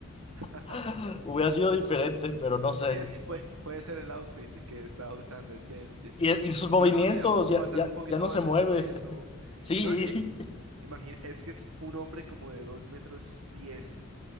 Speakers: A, on the right; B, on the left.
A: <laughs>
B: <laughs> hubiera sido diferente, pero no sé.
A: Sí, es que puede, puede ser el outfit que estaba usando. Es que eh,
B: Y, y sus
A: incluso
B: movimientos,
A: se dejó pasar
B: ya, ya,
A: un poquito
B: ya no
A: más
B: se mueve.
A: de peso.
B: <laughs> Sí,
A: No, es que Imagina, es que es un hombre como de 2 metros 10,